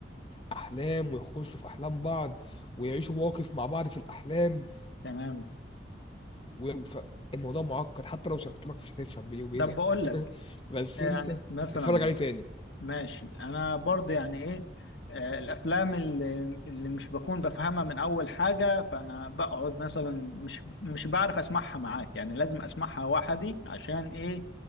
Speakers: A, on the left; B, on the left.
A: الاحلام ويخشوا في احلام بعض ويعيشوا مواقف مع بعض في الاحلام
B: تمام
A: و- ف- الموضوع معقد حتى لو شرحت لك مش هتفهم بيني وبينك
B: طب بقول لك
A: بس
B: يعني
A: انت
B: مثلا
A: اتفرج عليه تاني
B: ماشي انا برضه يعني ايه آه الافلام اللي, اللي مش بكون بفهمها من اول حاجه فانا بقعد مثلا مش مش بعرف اسمعها معاك يعني لازم اسمعها وحدي عشان ايه